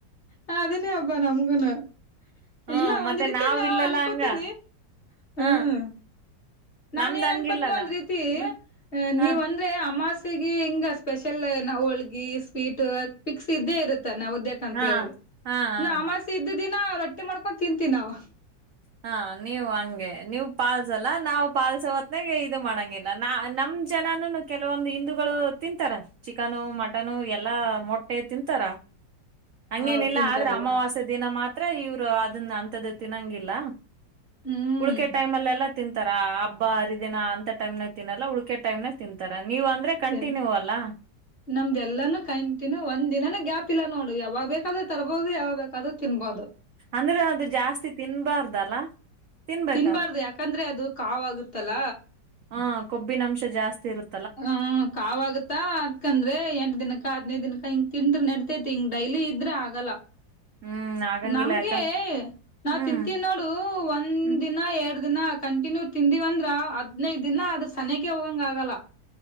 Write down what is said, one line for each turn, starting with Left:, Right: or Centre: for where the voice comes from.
Left: ಹ ಅದನ್ನೇ ಅಬಾ ನಮಗೆನ್ನು
Right: ಹ್ಮ್
Left: ಇಲ್ಲ ಒಂದ್
Right: ಮತ್ತೆ
Left: ರೀತಿ
Right: ನಾವ್
Left: ನಾ
Right: ಇಲ್ಲಲ್ಲ
Left: ಅನ್ಕೋತೀನಿ
Right: ಹಂಗ
Left: ಹ್ಮ್
Right: ಹ
Left: ನಾ
Right: ನಮ್ದ್
Left: ಏನ್
Right: ಹಂಗಿಲ್ಲಲ್ಲ
Left: ಅನ್ಕೋತನಿ ಒಂದ್ ರೀತಿ
Right: ಹ್ಮ್
Left: ಅ ನೀವ್
Right: ಹ
Left: ಅಂದ್ರೆ ಅಮ್ಮಾಸ ಹಿಂಗ ಸ್ಪೆಷಲ್ ಹೋಳ್ಗಿ ಸ್ವೀಟ್ ಪಿಕ್ಸ್ ಇದ್ದೇ ಇರುತ್ತೆ ನಾವಿದೆಗೆ ಅಂತ
Right: ಹಾ
Left: ಹೇಳಿ
Right: ಹಾ ಹಾ.
Left: ನಾ ಅಮಾಸೆ ಇದ್ದಿದಿನಾ ರೊಟ್ಟಿ ಮಾಡ್ಕೊಂಡು ತಿಂತೀವಿ ನಾವು
Right: ಹಾ ನೀವು ಹಂಗೆ ನೀವು ಪಾಳಸಲ್ಲ ನಾವು ಪಾಸ ಹೊತ್ನಾಗ ಇದು ಮಾಡಂಗಿಲ್ಲ ನಾ ನಮ್ದ ಜನಾನು ಕೆಲವೊಂದು ಹಿಿಂದಗಳು ತಿಂತಾರ ಚಿಕನು ಮಟನು ಎಲ್ಲಾ ಮೊಟ್ಟೆ ತಿಂತಾರ ಹಂಗೇನಿಲ್ಲ
Left: ಹೌ ತಿಂತಾರೆ
Right: ಆದ್ರೆ ಅಮಾವಾಸ್ಯ
Left: ಇವಾಗ
Right: ದಿನ ಮಾತ್ರ ಇವರು ಅದನ್ನ ಅಂಂತದ್ದ ತಿನ್ನಂಗಿಲ್ಲ
Left: ಹ್ಮ್
Right: ಉಳಕೆ ಟೈಮ್ ಅಲ್ಲ ಎಲ್ಲ ತಿಂತಾರಾ ಹಬ್ಬ ಹರಿದಿನ ಅಂತ ಟೈಮ್ ನ ತಿನ್ನಲ್ಲ ಉಳಕೆ ಟೈಮ್ನ ತಿಂತಾರ ನೀವ ಅಂದ್ರೆ ಕಂಟಿನ್ಯೂ
Left: ತಿಂತ
Right: ಅಲ್ಲ
Left: ನಮ್ದ ಎಲ್ಲಾನೂ ಕೈಂಟೀನ್ಯ ಒಂದ ದಿನಾನ ಗ್ಯಾಪ್ ಇಲ್ಲ ನೋಡು ಯಾವಾಗ ಬೇಕಾದ್ರೂ ತರಬಹದು ಯಾವಾಗ ಬೇಕಾದ್ರೂ ತಿನ್ಬಹದು
Right: ಅಂದ್ರೆ ಅದು ಜಾಸ್ತಿ ತಿನ್ಬಾರ್ದಲ್ಲ ತಿನ್ಬೇಕಾ
Left: ತಿನ್ಬಾರ್ದು ಯಾಕಂದ್ರೆ ಅದು ಕಾವಾಗುತ್ತಲ್ಲ
Right: ಹ ಕೊಬ್ಬಿನ ಅಂಶ ಜಾಸ್ತಿ ಇರುತ್ತೆ
Left: ಹ್ಮ ಕಾವಾಗುತ್ತಾ ಅದಕಂದ್ರೆ ಎಂಟ ದಿನ ಹದನೈ ದಿನನ್ಕ ಹಿಂಗ ತಿಂದ್ರೆ ನಡಿತೈತಿ ಹಿಂಗ ಡೈಲಿ ಇದ್ರ ಆಗಲ್ಲ
Right: ಹ್ಮ್ ಆಗಂಗಿಲ್ಲ
Left: ನಮ್ಗೆ
Right: ಯಾಕಂದ
Left: ನಾವ್
Right: ಹ್ಮ್
Left: ತಿಂತೀವಿ ನೋಡು ಒಂದ್
Right: ಹ್ಮ್
Left: ದಿನ ಎರಡ್ ದಿನ ಆ ಕಂಟಿನ್ಯೂ ತಿಂದಿವವಂದ್ರ ಹದ್ನೈದ ದಿನ ಆದದ್ರ ಸನಗೆ ಹೋಗಂಗ ಆಗಲ್ಲ